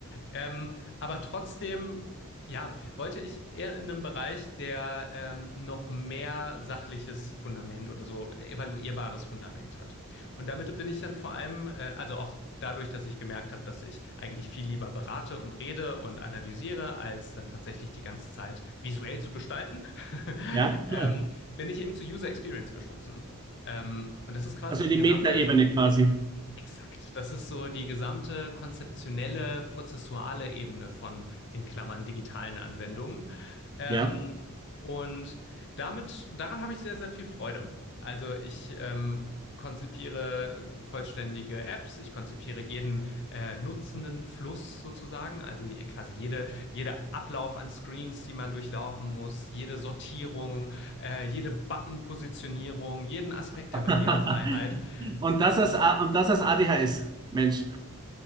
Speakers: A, on the left; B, on the right.
A: Ähm, aber trotzdem, ja, wollte ich eher in einem Bereich, der ähm, noch mehr sachliches Fundament oder so evaluierbares Fundament hat. Und damit bin ich dann vor allem, äh, also auch dadurch, dass ich gemerkt habe, dass ich eigentlich viel lieber berate und rede und analysiere, als dann tatsächlich die ganze Zeit visuell zu gestalten, <laughs>
B: ja,
A: ähm,
B: ja.
A: bin ich eben zu User Experience gestoßen. Ähm, und das ist quasi
B: Also in
A: die
B: die
A: gesamte
B: Metaebene quasi.
A: Exakt. Das ist so die gesamte konzeptionelle, prozessuale Ebene von in Klammern digitalen Anwendungen. Ähm,
B: Ja.
A: und damit, daran habe ich sehr, sehr viel Freude. Also ich ähm, konzipiere vollständige Apps, ich konzipiere jeden äh, nutzenden Fluss sozusagen, also je- quasi jede, jeder Ablauf an Screens, die man durchlaufen muss, jede Sortierung, äh, jede Button-Positionierung, jeden Aspekt
B: <laughs>
A: der Barrierefreiheit.
B: Und
A: Ähm,
B: das als, A- und das als ADHS, Mensch.